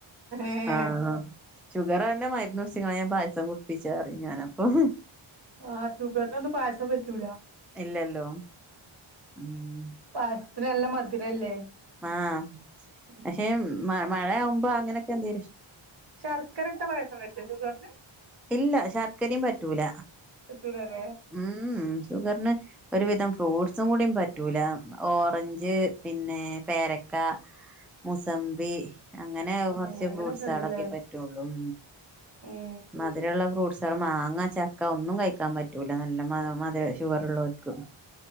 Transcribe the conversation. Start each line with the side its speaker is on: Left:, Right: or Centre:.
Right: ഏഹ്
Centre: ആ ആ ഷുഗറന്നെ മരുന്ന് കുടിച് ക്ണ് ഞാൻ പായസം കുടിപ്പിച്ചാ പറയും ഞാനപ്പം
Right: ആ ഷുഗറിനൊന്നും പായസം പറ്റൂല്ല.
Centre: ഇല്ലല്ലോ ഉം
Right: പായസത്തിന് നല്ല മധുരല്ലേ
Centre: ആഹ
Right: ഉം
Centre: പക്ഷെ മ മഴയാവുമ്പോ അങ്ങനെയൊക്കെ എന്തെലും ഇഷ്ടം
Right: ശർക്കര ഇട്ട പായസം പറ്റൊ ഷുഗറ്ന്?
Centre: ഇല്ല ശർക്കരയും പറ്റൂല
Right: പറ്റൂലല്ലേ
Centre: ഉം ഷുഗറിന് ഒരുവിധം ഫ്രൂട്ട്സും കൂടീം പറ്റൂല ഓറഞ്ച് പിന്നെ പേരക്ക. മൂസമ്പി അങ്ങനെ
Right: ഉം
Centre: കുറച്ച്
Right: അങ്ങനൊക്കെ
Centre: ഫ്രൂട്ട്സളൊക്കെ
Right: ഉണ്ടല്ലേ
Centre: പറ്റുള്ളൂ ഉം
Right: ഏഹ്
Centre: മധുരള്ള ഫ്രൂട് പാടെ മാങ്ങാ ചക്ക ഒന്നും കഴിക്കാൻ പറ്റൂല നൽ മ മധുര ഷുഗർ ഉള്ളവർക്ക്